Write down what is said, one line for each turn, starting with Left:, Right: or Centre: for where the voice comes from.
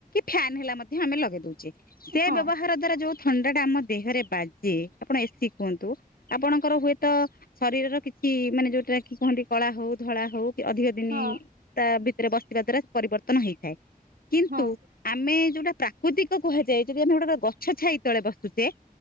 Left: ଫ୍ୟାାନ ହେଲା ମଧ୍ୟ ଆମେ ଲଗେଇ ଦଉଚି ସେ
Right: ହଁ
Left: ବ୍ୟବହାର ଦ୍ଵାରା ଯୋଉ। ଥଣ୍ଡା ଟା ଆମ ଦେହରେ ବାଜେ ଆପଣ ଏସିି କୁହନ୍ତୁ। ଆପଣଙ୍କର ହୁଏତ ଶରୀରର କିଛି ମାନେ ଯୋଉଟା କି କୁହନ୍ତି କଳା ହଉ ଧଳା ହଉ କି ଅଧିକ ଦିନି
Right: ହଁ
Left: ତା ଭିତରେ ବସିବା ଦ୍ଵାରା ପରିବର୍ତ୍ତନ ହେଇଛି। ଥାଏ କିନ୍ତୁ
Right: ହଁ
Left: ଆମେ ଯୋଉଟା ପ୍ରାକୃତିକ କୁହାଯାଏ ଯଦି ଆମେ ଗୋଟେ ଗଛଛାଇ ତଳେ ବସୁଛେ।